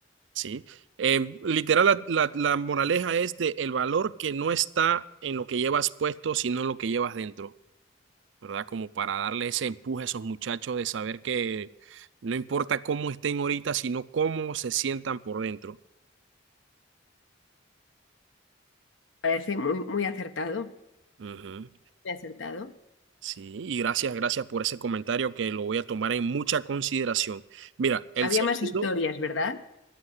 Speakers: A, on the right; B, on the left.
A: ¿sí? Eh, literal, la, la- la moraleja es de el valor que no está en lo que llevas puesto, sino en lo que llevas dentro, ¿verdad? Como para darle ese empuje a esos muchachos de saber que no importa cómo estén ahorita, sino cómo se sientan por dentro.
B: Parece muy, muy acertado,
A: Ujú.
B: muy acertado.
A: Sí, y gracias, gracias por ese comentario que lo voy a tomar en mucha consideración. Mira, el
B: Había
A: segundo,
B: más historias, ¿verdad?